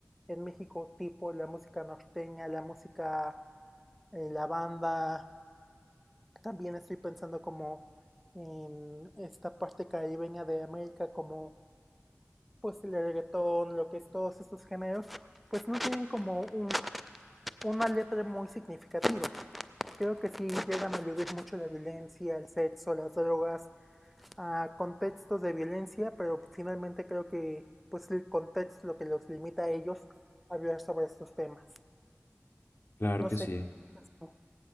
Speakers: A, in the centre; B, on the left.
A: en México tipo la música norteña, la música, eh, la banda, también estoy pensando como en esta parte caribeña de América, como pues el reggaetón, lo que es todos estos géneros, pues no tienen como un, una letra muy significativa. creo que sí llegan a aludir mucho la violencia, el sexo, las drogas, a contextos de violencia, pero finalmente creo que pues el contexto es lo que los limita a ellos a hablar sobre estos temas.
B: Claro
A: No
B: que
A: sé
B: sí.
A: qué piensas tú.